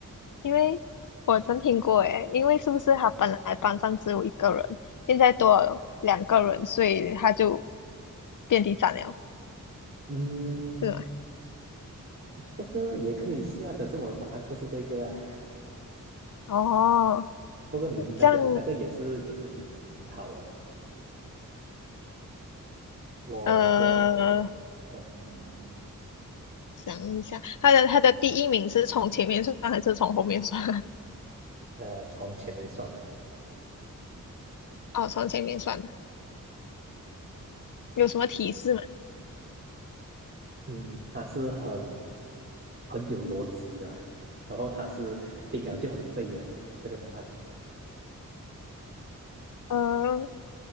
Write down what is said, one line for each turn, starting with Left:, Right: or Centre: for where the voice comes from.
Left: 因为我曾听过诶，因为是不是他本来班上只有一个人，现在多了两个人，所以他就遍地斩了，
Right: 嗯，
Left: 是吗？
Right: 这个也可以是啊，可是我的答案不是这个啊。<laughs>
Left: 哦，
Right: 不过你你那个你那个也是也是挺挺好的。
Left: 这样，
Right: 我我
Left: 呃，
Right: 嗯
Left: 想一下，他的他的第一名是从前面算还是从后面算啊
Right: 呃，从前面算的，
Left: <laughs> 哦，从前面算的，有什么提示吗？
Right: 嗯，他是很很有逻辑的，<laughs> 然后他是听了就很废的这个答案。
Left: 呃，